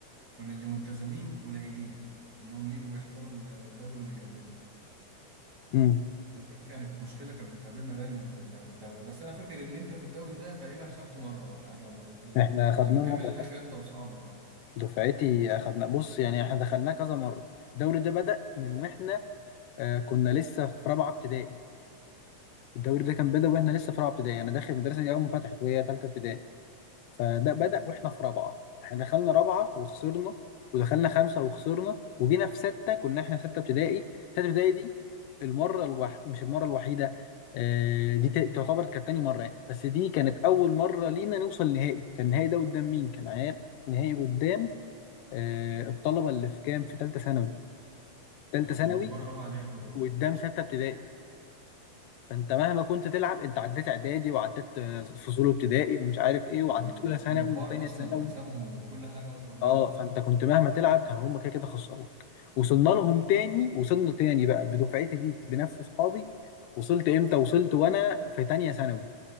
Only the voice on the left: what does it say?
امم
احنا اخدناه
مره
دفعتي اخدنا بص يعني احنا دخلناه كذا مره الدوري ده بدأ من واحنا آه كنا لسه في رابعه ابتدائي الدوري ده كان بدأ واحنا لسه في رابعه ابتدائي انا داخل المدرسه دي اول ما فتحت وهي ثالثه ابتدائي فده
بدأ واحنا في رابعة احنا دخلنا رابعة وخسرنا ودخلنا خمسة وخسرنا وجينا في ستة كنا احنا في ستة ابتدائي ستة ابتدائي دي المرة الوح... مش المرة الوحيدة آه، دي ت- تعتبر كانت تاني مرة يعني. بس دي كانت أول مرة لينا نوصل نهائي كان النهائي ده قدام مين؟ كان عيال نهائي قدام آه، الطلبة اللي في كام في تالتة ثانوي تالتة
ثانوي
وقدام ستة ابتدائي فانت مهما كنت تلعب انت عديت اعدادي وعديت آه، فصول ابتدائي ومش عارف ايه وعديت
اولى
ثانوي
وتانية
ثانوي
اه فانت كنت مهما تلعب كانوا هم كده كده خسروك وصلنا لهم تاني وصلنا تاني بقى بدفعتي دي بنفس اصحابي وصلت امتى وصلت وانا في تانية ثانوي